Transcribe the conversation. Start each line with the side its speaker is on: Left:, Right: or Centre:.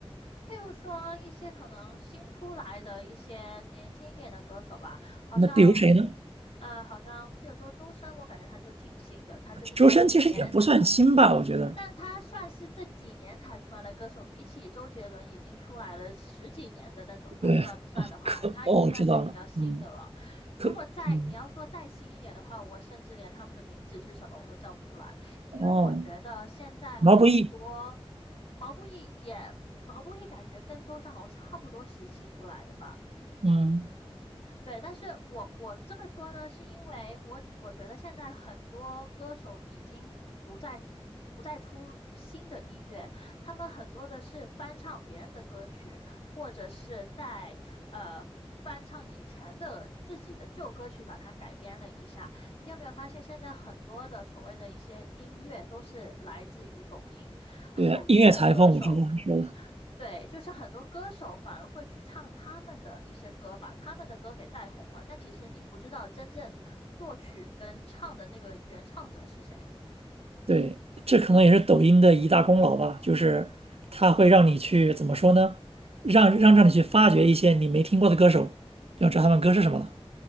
Left: 譬如说一些可能新出来的一些年轻一点的歌手吧，好像，
Right: 那比如谁呢？
Left: 呃，好像譬如说周深，我感觉他就挺新的，他就是这几年，
Right: 周深其实也不算新吧，我觉得。
Left: 但他算是这几年才出来的歌手，比起周杰伦已经出来了十几年的那种来算算的话，
Right: 对，哦，可哦，
Left: 他已经算是比较新的了。
Right: 我知道了，嗯，
Left: 如果再你要说再新一点的话，
Right: 可嗯
Left: 我甚至连他们的名字是什么我都叫不出来。因为我觉得现在很多
Right: 哦，毛不易，
Left: 毛不易也毛不易感觉跟周深好像差不多时期出来的吧。
Right: 嗯，
Left: 对，但是我我这么说呢，是因为我我觉得现在很多歌手已经不再不再出新的音乐，他们很多的是翻唱别人的歌曲，或者是在呃翻唱以前的自己的旧歌曲，把它改编了一下。你有没有发现，现在很多的所谓的一些音乐都是来自于抖音，
Right: 对，
Left: 抖音的歌手。
Right: 音乐裁缝我知道是的，
Left: 对，就是很多歌手反而会去唱他们的一些歌，把他们的歌给带红了，但其实你不知道真正作曲跟唱的那个原唱者是谁。
Right: 对，这可能也是抖音的一大功劳吧，就是它会让你去怎么说呢？让让让你去发掘一些你没听过的歌手，要知道他们歌是什么了。